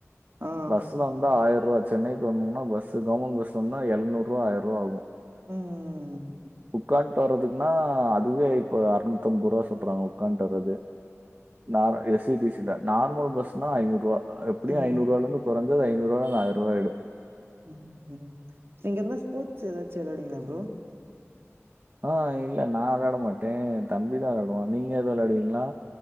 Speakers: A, on the right; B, on the right.
A: ஆ
B: பஸ்ல வந்து ஆயிரரூவா சென்னைக்கு வந்தம்னா பஸ் கவர்மெண்ட் பஸ்ல வந்தா எழுநூரூவா ஆயிரரூவா ஆகு
A: ம் ம்
B: உக்கான் ட்டுவரதுக்குனா அதுவே இப்ப அறுநூத்தம்பது ரூவா சொல்றாங்க உக்கான்ட்டு வர்றதே நார் எஸ் இ டி சில நார்மல் பஸ்னா ஐநூரூவா எப்டியு
A: ம்
B: ஐநூரூவால கொறஞ்சது ஐநூரூவா இல்ல ஆயிரரூவா ஆயிடு
A: ம் ம் நீங்க எதனா ஸ்போர்ட்ஸ் எதாச்சு வெளாடுவீங்களா ப்ரோ
B: ஆ இல்ல நா வெளாட மாட்டே ஏ தம்பிதா வெளாடுவா நீங்க எது வெளாடுவீங்களா